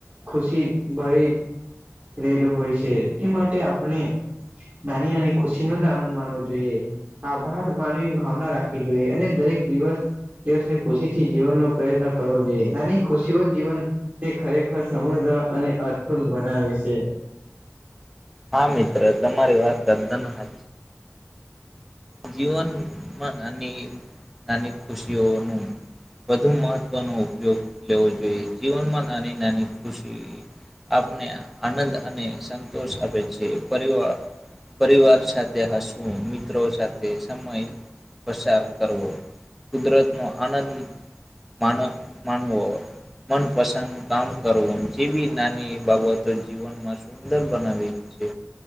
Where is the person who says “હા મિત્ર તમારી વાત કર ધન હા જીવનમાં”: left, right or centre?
Centre